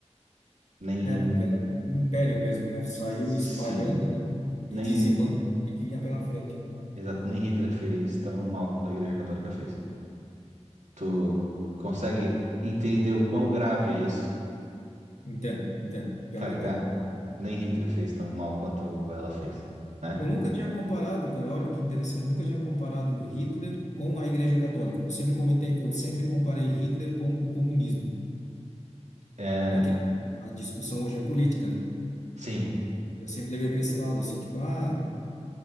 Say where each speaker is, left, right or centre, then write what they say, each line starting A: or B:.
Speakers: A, on the right (about 80°); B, on the left (about 75°).
A: Nem.
B: É, porque ela é um império mesmo, né? Saiu
A: Sim.
B: espalhando, né? E
A: Nem.
B: dizimando o que vinha pela frente, né?
A: Exato, nem Hitler fez tão mal quanto a Igreja Católica fez. Tu consegue entender o quão grave é isso?
B: Entendo, entendo. Pior
A: Tá
B: que
A: ligado?
B: entendo.
A: Nem Hitler fez tão mal quanto ela fez, né?
B: Eu nunca tinha comparado, cara, olha que interessante. Eu nunca tinha comparado Hitler com a Igreja Católica. Eu sempre comentei, eu sempre comparei Hitler com o comunismo,
A: É,
B: porque a, a discussão hoje é política, né?
A: sim.
B: Eu sempre levei para esse lado, assim, tipo, ah,